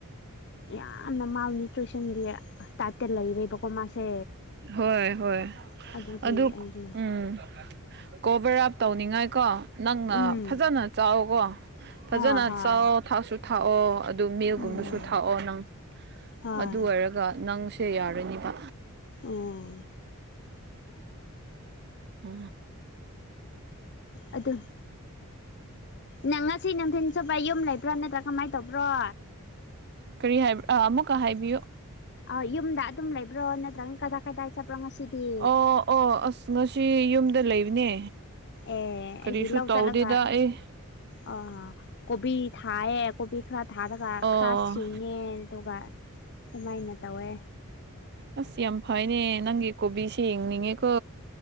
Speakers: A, on the left; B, on the right.
A: ꯌꯥꯝꯅ ꯃꯥꯕꯨ <unintelligible> ꯇ ꯂꯩꯔꯦꯕꯀꯣ ꯃꯥꯁꯦ
B: ꯍꯣꯏ ꯍꯣꯏ
A: ꯑꯗꯨꯒꯤ
B: ꯑꯗꯨ
A: ꯑꯩꯗꯣ
B: ꯎꯝ ꯀꯣꯚꯔ ꯑꯞ ꯇꯧꯅꯤꯡꯉꯥꯏ ꯀꯣ ꯅꯪꯅ
A: ꯎꯝ
B: ꯐꯖꯅ ꯆꯥꯎꯀꯣ ꯐꯖꯅ
A: ꯍꯣꯏ ꯍꯣꯏ
B: ꯆꯥꯎꯑꯣ ꯊꯛꯁꯨ ꯊꯛꯑꯣ ꯑꯗꯨ ꯃꯦꯜꯒꯨꯝꯕꯁꯨ
A: ꯎꯝ
B: ꯊꯛꯑꯣ ꯅꯪ
A: ꯍꯣꯏ
B: ꯑꯗꯨ ꯑꯣꯏꯔꯒ ꯅꯪꯁꯦ ꯌꯥꯔꯅꯤꯕ
A: ꯎꯝ
B: ꯑ
A: ꯑꯗꯨ ꯅꯪ ꯉꯁꯤ ꯅꯨꯡꯊꯤꯟ ꯆꯨꯞꯄ ꯌꯨꯝ ꯂꯩꯕ꯭ꯔꯥ ꯅꯠꯇ꯭ꯔꯥ ꯀꯃꯥꯏꯅ ꯇꯧꯕ꯭ꯔꯣ
B: ꯀꯔꯤ ꯍꯥꯏꯕ ꯑ ꯑꯃꯨꯛꯀ ꯍꯥꯏꯕꯤꯌꯨ
A: ꯑ ꯌꯨꯝꯗ ꯑꯗꯨꯝ ꯂꯩꯕ꯭ꯔꯣ ꯅꯠꯇ꯭ꯔꯒꯅ ꯀꯗꯥꯏ ꯀꯗꯥꯏ ꯆꯠꯄ꯭ꯔꯣ ꯉꯁꯤꯗꯤ
B: ꯑꯣ ꯑꯣ ꯑꯁ ꯉꯁꯤ ꯌꯨꯝꯗ ꯂꯩꯕꯅꯦ
A: ꯑꯦ ꯑꯩꯗꯤ
B: ꯀꯔꯤꯁꯨ
A: ꯂꯧ
B: ꯇꯧꯗꯦꯗ
A: ꯆꯠꯂꯒ
B: ꯑꯩ
A: ꯑ ꯀꯣꯕꯤ ꯊꯥꯏꯌꯦ ꯀꯣꯕꯤ ꯈꯔ ꯊꯥꯔꯒ
B: ꯑꯣ
A: ꯈꯔ ꯁꯤꯡꯉꯦ ꯑꯗꯨꯒ ꯑꯗꯨꯃꯥꯏꯅ ꯇꯧꯋꯦ
B: ꯑꯁ ꯌꯥꯝ ꯐꯩꯅꯦ ꯅꯪꯒꯤ ꯀꯣꯕꯤꯁꯦ ꯌꯦꯡꯅꯤꯡꯉꯦꯀꯣ